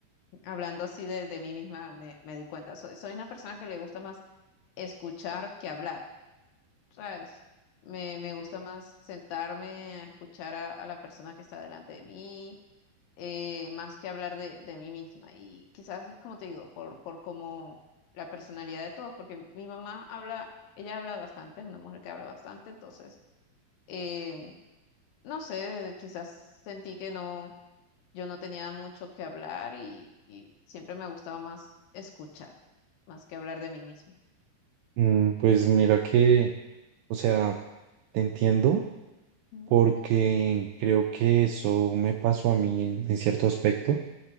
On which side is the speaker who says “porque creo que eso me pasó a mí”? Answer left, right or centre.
Right